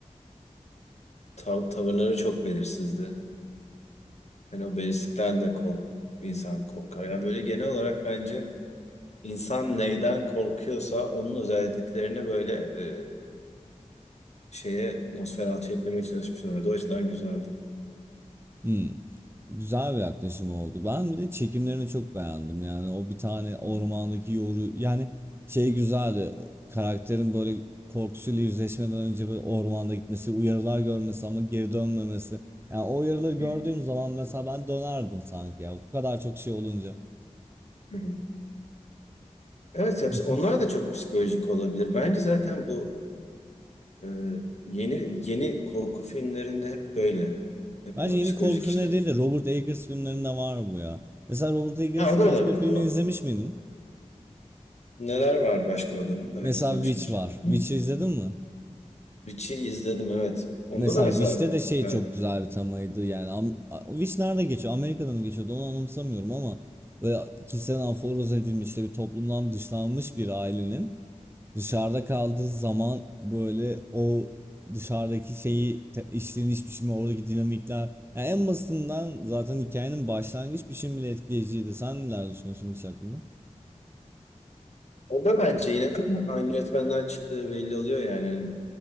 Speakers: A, on the left; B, on the right.
A: tav- tavırları çok belirsizdi. Hani o belirsizlikten de kork insan korkar. Yani böyle genel olarak bence insan neyden korkuyorsa onun özelliklerini böyle e, şeye Nosferatu'ya eklemeye çalışmışlar. O açıdan güzeldi.
B: <laughs> Güzel bir yaklaşım oldu. Ben bir de çekimlerini çok beğendim. Yani o bir tane ormandaki
A: Hı hı.
B: yoru yani şey güzeldi. O Karakterin böyle korkusuyla yüzleşmeden önce böyle ormanda gitmesi, uyarılar görmesi ama geri dönmemesi. Yani o uyarıları gördüğüm
A: Hı hı.
B: zaman mesela ben dönerdim sanki ya. Bu kadar çok şey olunca.
A: Hı hı. Evet yapsa
B: <laughs>
A: onlar da çok psikolojik olabilir. Bence zaten bu Ee, yeni yeni korku filmlerinde hep böyle. Hep
B: Bence
A: daha
B: yeni
A: psikolojik
B: korku filmleri
A: işler.
B: değil de Robert Eggers filmlerinde var bu ya. Mesela Robert Eggers'ın
A: Ha o da olabilir
B: başka bir filmini
A: doğru.
B: izlemiş miydin?
A: Neler var başka adamın? Belki
B: Mesela
A: izlemişimdir.
B: Witch var. Witch'i
A: Hı.
B: izledin mi?
A: Witch'i izledim evet. Onda
B: Mesela
A: da mesela
B: Wish'te de şey
A: evet.
B: çok güzel bir temaydı yani. Am A- Wish nerede geçiyor? Amerika'da mı geçiyordu? Onu anımsamıyorum ama böyle kişisel aforoz edilmiş işte bir toplumdan dışlanmış bir ailenin dışarıda kaldığı zaman böyle o dışarıdaki şeyi te- işleniş biçimi oradaki dinamikler yani en basitinden zaten hikayenin başlangıç biçimi bile etkileyiciydi. Sen neler düşünüyorsun Wish hakkında?
A: O da bence yine <clears throat> aynı yönetmenden çıktığı belli oluyor yani. Hani